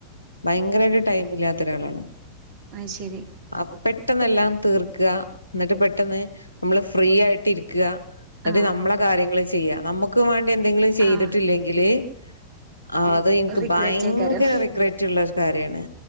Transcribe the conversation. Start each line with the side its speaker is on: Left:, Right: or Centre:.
Left: ഭയങ്കരായിട്ട് ടൈം ഇല്ലാത്ത ഒരാളാണ്
Right: അയ് ശെരി
Left: അപ്പൊ പെട്ടെന്നെല്ലാം തീർക്കുക എന്നിട്ട് പെട്ടെന്ന് നമ്മള് ഫ്രീ ആയിട്ട് ഇരിക്കുകാ എന്നിട്ട്
Right: ആഹ്
Left: നമ്മളെ കാര്യങ്ങള് ചെയ്യാ നമ്മുക്ക് വേണ്ടി എന്തെങ്കിലും ചെയ്തിട്ടില്ലെങ്കില്
Right: ആഹ്
Left: ആഹ് അത് എനിക്ക്
Right: റിഗ്രറ്റേക്കാരം
Left: ഭയങ്കര റിഗ്രറ്റ് ഉള്ള ഒരു കാര്യാണ്